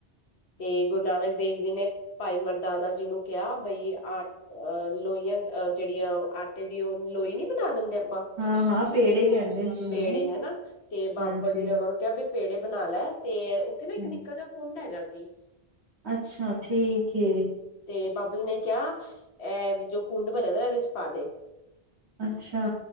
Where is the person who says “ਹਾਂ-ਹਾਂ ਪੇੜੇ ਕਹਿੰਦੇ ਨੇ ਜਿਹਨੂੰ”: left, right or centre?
Right